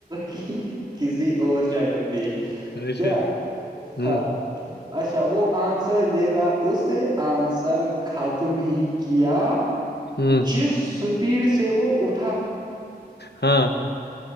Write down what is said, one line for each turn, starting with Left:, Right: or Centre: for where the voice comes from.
Right: کہ کسی اور جگہ پہ
Left: اچھا
Right: کیا
Left: ہوں
Right: ہاں اچھا وہ آن زیرا اس نے آنسر ختم ہی کیا
Left: ہوں
Right: جس سپیڈ سے وہ اٹھ
Left: ہاں